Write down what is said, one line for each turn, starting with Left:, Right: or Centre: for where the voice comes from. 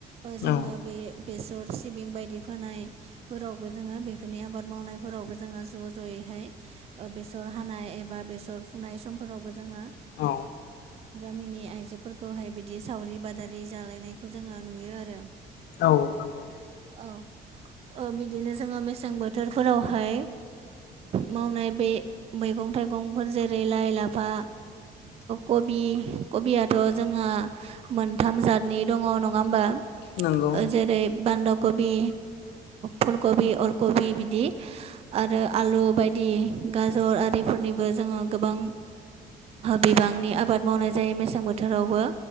Right: जोङो
Left: औ
Right: बे बेसर सिबिं बायदि फोनाय फोरावबो जोङो बेफोरनि आबाद मावनायफोरावबो जोङो ज जयैहाय बेसर हानाय एबा बेसर फुनाय समफोरावबो जोङो
Left: औ
Right: गामिनि आइजोफोरखौहाय बिदि सावरि बादा जालायनायखौ जोङो नुयो आरो।
Left: औ। नंगौ
Right: औ। बिदिनो जोङो मेसें बोथोरफोरावहाय मावनाय बे मैगं थाइगंफोर जेरै लाइ लाफा कबि कबियाथ जोङो मोनथाम जतनि दङ नङा होमबा?
Left: नंगौ
Right: जेरै बान्दा कबि फुलकबि अलकबि बिदि आरो आलु बायदि गाजर आरिफोरनिबो जोङो गोबां बिबांनि आबाद मावनाय जायो मेसें बोथोरावबो,